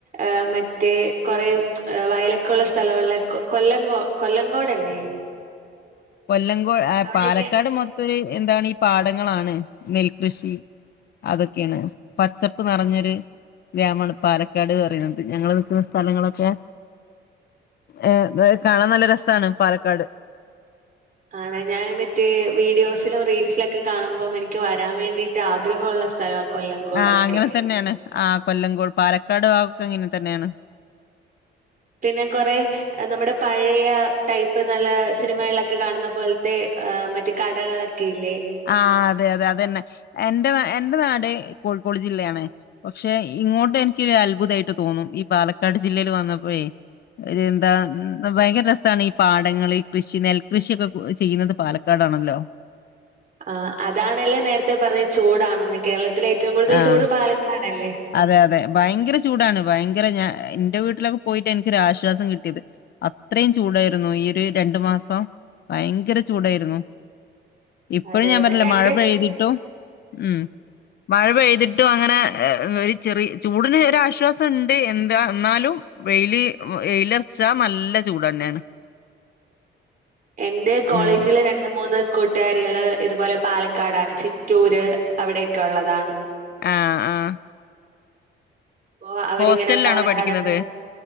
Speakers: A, on the right; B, on the left.
A: ഏഹ് മറ്റേ കൊറെ വയലൊക്കുള്ള സ്ഥല ഉള്ളെ കൊല്ലം കൊ കൊല്ലംങ്കോടല്ലേ
B: കൊല്ലംങ്കോ
A: അവിടെയൊക്കെ
B: പാലക്കാട് മൊത്തൊര് എന്താണീ പാടങ്ങളാണ് നെൽകൃഷി അതൊക്കെണ് പച്ചപ്പ് നെറഞ്ഞൊര് ഗ്രാമാണ് പാലക്കാട് പറെന്നത് ഞങ്ങള് നിക്കുന്ന സ്ഥലങ്ങളൊക്കെ ഏഹ് കാണാൻ നല്ല രസാണ് പാലക്കാട്
A: ആണ് ഞാന് മറ്റേ വീഡിയോസിലും റീൽസിലൊക്കെ കാണുമ്പം എനിക്ക് വരാൻ വേണ്ടീട്ട് ആഗ്രഹുള്ള സ്ഥലവാ കൊല്ലംകോടൊക്കെ
B: ആഹ് അങ്ങനെ തന്നേണ് ആ കൊല്ലംങ്കോൾ പാലക്കാട് ഭാഗോക്കെ അങ്ങനെതന്നേണ്
A: പിന്നെ കൊറെ നമ്മുടെ പഴയ ടൈപ്പ് നല്ല സിനിമകളിലൊക്കെ കാണുന്ന പോൽത്തെ മറ്റ് കടകളൊ ക്കില്ലേ
B: ആ അതെ അതെ അതന്നെ എന്റെ എന്റെ നാട് കോഴിക്കോട് ജില്ലയാണ് പക്ഷെ ഇങ്ങോട്ടെനിക്കൊരു അത്ഭുതായിട്ട് തോന്നും ഈ പാലക്കാട് ജില്ലേൽ വന്നപ്പോയെ ഒര് ന്താ ഭയങ്കര രസാണ് പാടങ്ങൾ ഈ കൃഷി നെൽകൃഷ്യോക്കെ ചെയ്യുന്നത് പാലക്കാടാണല്ലോ
A: ആ അതാണല്ലേ നേരത്തെ പറഞ്ഞത് ചൂടാണെന്ന് കേരളത്തിലെ ഏറ്റവും കൂടുതൽ
B: ആഹ്
A: ചൂട് പാലക്കാടല്ലേ
B: അതെ അതെ ഭയങ്കര ചൂടാണ് ഭയങ്കര ഞാൻ ന്റെ വീട്ടിലൊക്കെ പോയിട്ട ഇന്ക്കൊരാശ്വാസം കിട്ടിയത് അത്രയും ചൂടായിരുന്നു ഈ ഒരു രണ്ടു മാസം ഭയങ്കര ചൂടായിരുന്നു ഇപ്പഴും
A: അതെ
B: ഞാൻ
A: അതെ
B: പറഞ്ഞിലേ
A: എന്റെ
B: മഴ പെയ്തിട്ടും ഉം മഴ പെയ്തിട്ടും അങ്ങനെ ഒരു ചെറി ചൂടിന് ഒരാശ്വാസണ്ട് എന്താ എന്നാലും വെയില് വെയിലൊർച്ച നല്ല ചൂടെന്നേണ്
A: എന്റെ കോളേജില്
B: ഉം
A: ര ണ്ട് മൂന്ന് കൂട്ടാരികള് ഇതുപോലെ പാലക്കാടാണ് ചിറ്റൂര് അവിടെക്ക ഒള്ളതാണ്
B: ആഹ് ആഹ്
A: പ്പൊ അവരിങ്ങനെ
B: ഹോസ്റ്റലിലാണോ
A: പാലക്കാടത്ത്
B: പഠിക്കുന്നത്